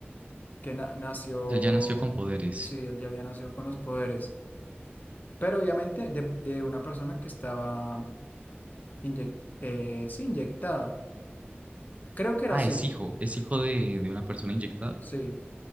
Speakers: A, on the left; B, on the right.
A: que na- nació,
B: Él ya nació con poderes.
A: sí, él ya había nacido con los poderes, pero obviamente de, de una persona que estaba inyec- eh, sí, inyectada. Creo que era
B: Ah,
A: así,
B: es hijo, es hijo de, de una persona inyectada.
A: sí,